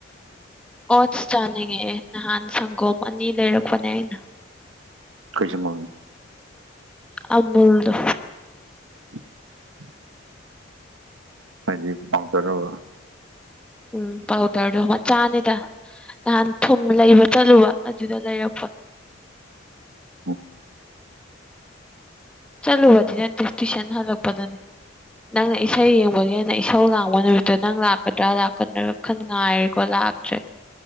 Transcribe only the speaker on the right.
ꯀꯩ ꯁꯪꯒꯣꯝ ꯅꯣ
<inaudible> ꯍꯥꯏꯗꯤ ꯄꯥꯑꯣꯗꯔꯔꯕ
ꯎꯝ